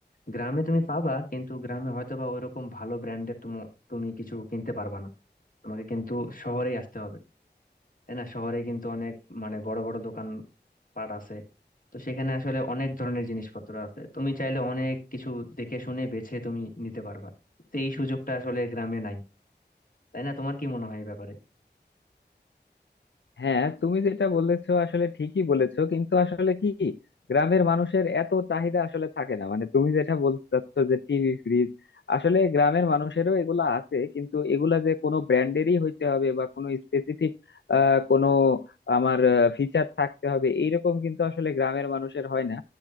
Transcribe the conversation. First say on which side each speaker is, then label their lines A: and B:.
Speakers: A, on the left; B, on the left.
A: গ্রামে তুমি পাবা কিন্তু গ্রামে হয়তো বা ওইরকম ভালো ব্র্যান্ডের তুমি তুমি কিছু কিনতে পারবা না তোমাকে কিন্তু শহরেই আসতে হবে তাই না শহরে কিন্তু অনেক মানে বড় বড় দোকান পাট আছে তো সেখানে আসলে অনেক ধরনের জিনিসপত্র আছে তুমি চাইলে অনেক কিছু দেখে শুনে বেছে তুমি নিতে পারবা তো এই সুযোগটা আসলে গ্রামে নাই তাই না তোমার কি মনে হয় এই ব্যাপারে
B: হ্যাঁ তুমি যেটা বলেছো আসলে ঠিকই বলেছো কিন্তু আসলে কি গ্রামের মানুষের এত চাহিদা আসলে থাকে না মানে তুমি যেটা বলতে চাচ্ছ যে টিভি ফ্রিজ আসলে গ্রামের মানুষেরও এগুলা আছে কিন্তু এগুলা যে কোনো ব্র্যান্ডেরই হইতে হবে বা কোনো স্পেসিফিক আহ কোনো আমার ফিচার থাকতে হবে এইরকম কিন্তু আসলে গ্রামের মানুষের হয় না